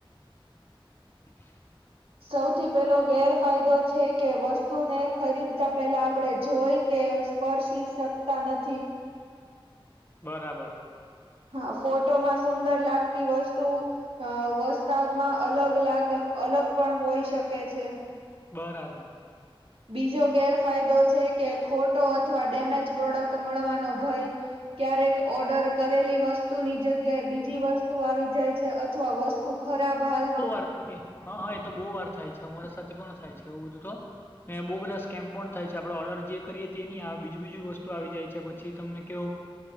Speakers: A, on the left; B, on the right.
A: <inaudible>
B: સૌથી પેહલો ગેરફાયદો છે કે વસ્તુને ખરીદતા પેહલા આપડે જોઈ કે પરશી શકતા નથી.
A: બરાબર.
B: હા, ફોટોમાં સુંદર લાગતી વસ્તુ અ, વસ્તાદમાં અલગ લાગે અલગ પણ હોઈ શકે છે.
A: બરાબર.
B: બીજો ગેરફાયદો છે કે ખોટો અથવા ડેમેજ પ્રોડક્ટ મળવાનો ભય ક્યારેક ઓર્ડર કરેલી વસ્તુની જગ્યાએ બીજી વસ્તુ આવી જાય છે. અથવા વસ્તુ ખરાબ હાલમાં-
A: કરીએ. હા હા એ તો બહુ વાર થાય છે. અમારા સાથે પણ થાય છે એવું બધું તો. ને બહુ બધા સ્કેમ પણ થાય છે. આપડે ઓર્ડર જે કરીએ તે ન બીજું બીજું વસ્તુ આવી જાય છે પછી તમને કહો.